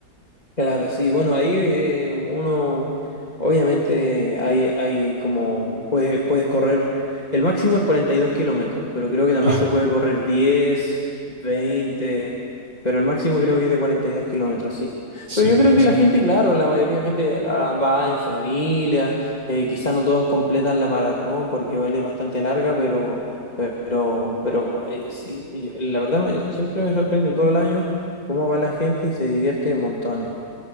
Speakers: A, on the left (about 25°); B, on the right (about 80°).
A: Claro, sí, bueno, ahí eh, uno, obviamente hay, hay como, puedes, puedes correr, el máximo es 42 kilómetros, pero creo que también
B: Ah,
A: se puede correr 10 veinte pero el máximo creo que es de 42 kilómetros, sí.
B: sí,
A: Pero yo creo
B: sí,
A: que la gente, claro, la mayoría de la gente la- va en familia, eh, quizás no todos completan la maratón porque vale bastante larga, pero, pero, pero eh, sí, yo- la verdad me- siempre me sorprende todo el año cómo va la gente y se divierte montones.